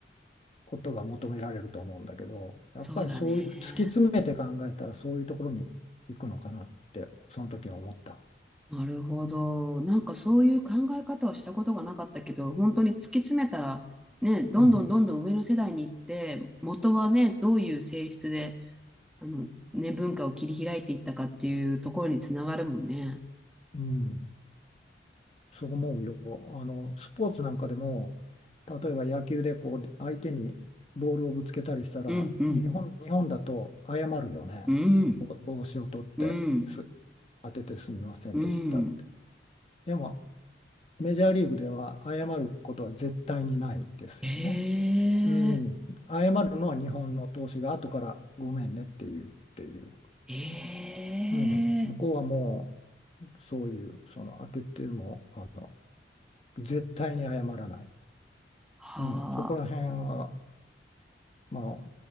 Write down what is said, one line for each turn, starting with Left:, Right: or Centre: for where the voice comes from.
Left: ことが求められると思うんだけどやっぱりそういう突き詰めて考えたらそういうところに行くのかなってその時は思った。
Centre: そうだね。なるほど。なんかそういう考え方をしたことがなかったけど、本当に突き詰めたら、ね、どんどんどんどん上の世代に行って、
Left: うん、
Centre: 元はね、どういう性質で、あの、ね、文化を切り開いていったかっていうところにつながるもんね。
Left: うんそう思うよ。あの、スポーツなんかでも、例えば野球でこう相手にボールをぶつけたりしたら、
Centre: うん、うん、
Left: 日本、日本だと謝るよね。
Centre: うん、
Left: ぼ帽子を取ってす、
Centre: うん、
Left: 当ててすみませんでしたって。
Centre: うん。
Left: でも、メジャーリーグでは謝ることは絶対にないですよね。
Centre: ええ、
Left: うん、謝るのは日本の投手が後からごめんねっていう、っていう。
Centre: え
Left: うん、
Centre: え、
Left: 向こうはもうそういう、その当てても、あの、絶対に謝らない。
Centre: はあ、
Left: うん、そこら辺は、ま